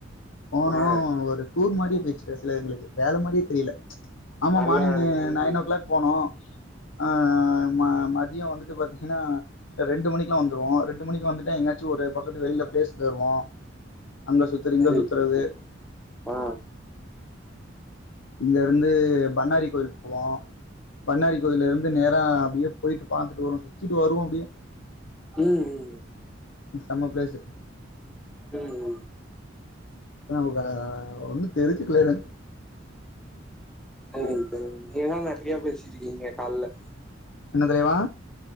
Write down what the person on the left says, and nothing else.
போனோ
ஒரு டூர் மாரி போய்ர்ச்சு கடைசில எங்களுக்கு வேல மாரியே தெரியல ஆமா
மார்னிங்கு
நைன் ஓ கிளாக் போனோ ஆ ம மதியோ வந்துட்டு பாத்தீங்கன்னா ரெண்டு மணிக்கெல்லா வந்துருவோ ரெண்டு மணிக்கு வந்துட்டா எங்கயாச்சு ஒரு பக்கத்து வெளியில பிளேஸ்க் வருவோ அங்க சுத் தறது இங்க
சுத்தறது
இங்க இருந்து பண்ணாரி கோயிலுக் போவோ பண்ணாரி கோயிலருந்து நேரா அப்படியே போயிட்டு பாத்துட்டு வருவோ சுத்திட்டு வருவோ அப்படியே
செம்ம பிளேஸ்சு
<unintelligible> ஒன்னு தெரிஞ்சுக்கல எனக்கு
என்ன தலைவா